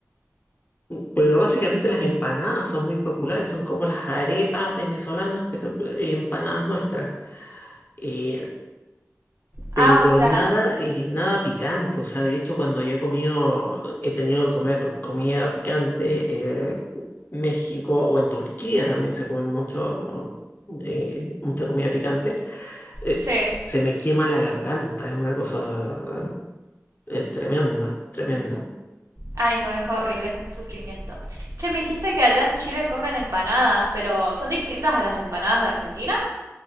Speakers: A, on the left (about 35°); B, on the right (about 80°).
A: eh, pero básicamente las empanadas son muy populares, son como las arepas venezolanas, pero eh, empanadas nuestras. Eh, Pero
B: Ah, o sea,
A: nada, eh, nada picante, o sea, de hecho cuando yo he comido, he tenido que comer comida picante, eh, México o en Turquía también se come mucho, eh, mucha comida picante, eh,
B: sí.
A: se me quema la garganta, es una cosa, eh, tremenda, tremenda.
B: Ay, no, es horrible, es un sufrimiento. Che, me dijiste que allá en Chile comen empanadas, pero ¿son distintas a las empanadas de Argentina?